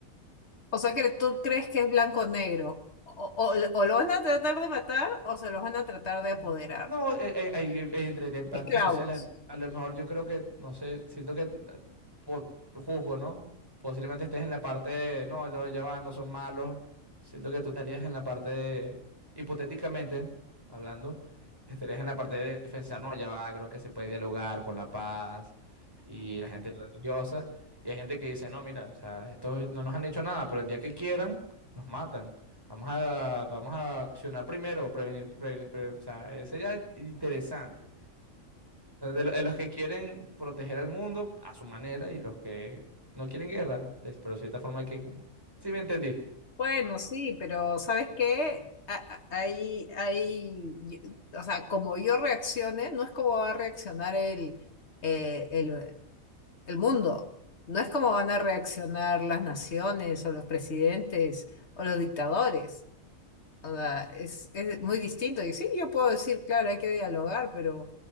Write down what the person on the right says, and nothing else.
No,
eh, eh, ahí, eh, eh, entre las
partes
sociales, a lo mejor yo creo que, no sé, siento que eh, po- juzgo, ¿no? Posiblemente estés en la parte de, no, no, ya va, no son malos. Siento que tú estarías en la parte de, hipotéticamente hablando, estarías en la parte de defensar, no, ya va, creo que se puede dialogar con la paz y la gente religiosa. Y hay gente que dice, no, mira, o sea, esto no nos han hecho nada, pero el día que quieran, nos matan. Vamos a, vamos a accionar primero, prevenir, prevenir, pre- o sea, ese ya es interesante. O sea, de, lo- de los que quieren proteger al mundo a su manera y los que no quieren guerra, des- pero de cierta forma hay que, como que- ¿Sí me entendiste?